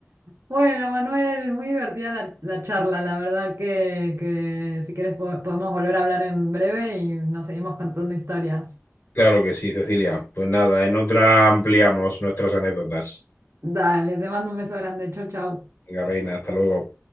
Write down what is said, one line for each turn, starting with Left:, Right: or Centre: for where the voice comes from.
Right: Bueno, Manuel, muy divertida la, la charla. La verdad que, que si quieres po- podemos volver a hablar en breve y nos seguimos contando historias.
Left: Claro que sí, Cecilia. Pues nada, en otra ampliamos nuestras anécdotas.
Right: Dale, te mando un beso grande. Chau, chau.
Left: Venga, reina, hasta luego.